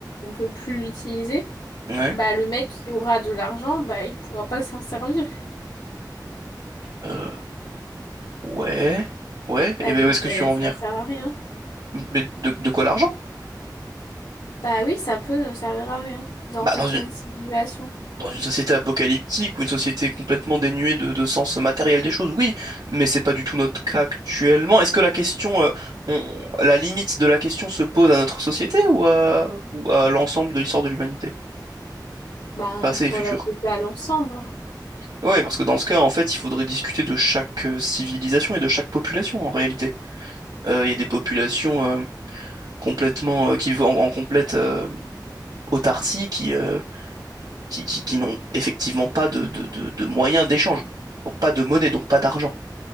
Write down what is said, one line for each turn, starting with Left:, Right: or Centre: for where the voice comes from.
Left: on peut plus l'utiliser,
Right: ouais.
Left: bah le mec qui aura de l'argent, bah il pourra pas s'en servir.
Right: Euh, ouais, ouais.
Left: Bah
Right: Et ben
Left: donc
Right: où est-ce
Left: ça,
Right: que tu veux
Left: ça
Right: en venir?
Left: sert à rien.
Right: Mais de, de quoi l'argent?
Left: Bah oui, ça peut ne servir à rien dans
Right: Bah
Left: certaines
Right: dans une,
Left: simulations.
Right: dans une société apocalyptique ou une société complètement dénuée de, de sens matériel des choses, oui. Mais c'est pas du tout notre cas actuellement. Est-ce que la question, euh, on- la limite de la question se pose à notre société ou à, ou à l'ensemble de l'histoire de l'humanité?
Left: Bah
Right: Passé
Left: on peut
Right: et futur.
Left: l'appliquer à l'ensemble. hein.
Right: Ouais, parce que dans ce cas, en fait, il faudrait discuter de chaque euh, civilisation et de chaque population en réalité. Euh, Il y a des populations euh, complètement euh, qui vivent en, en complète euh, autarcie, qui, euh, qui, qui, qui n'ont effectivement pas de, de, de, de moyens d'échange, donc pas de monnaie, donc pas d'argent.